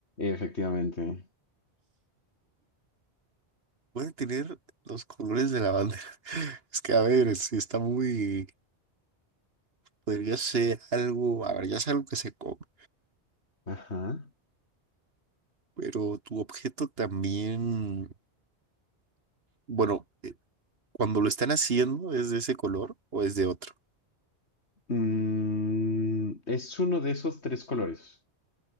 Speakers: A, on the left (about 75°); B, on the right (about 60°).
A: Efectivamente.
B: Puede tener los colores de la bandera. <laughs> Es que, a ver, si está muy... Podría ser algo, a ver, ya es algo que se come.
A: Ajá.
B: Pero tu objeto también, bueno, eh, cuando lo están haciendo, ¿es de ese color o es de otro?
A: Mm, es uno de esos tres colores.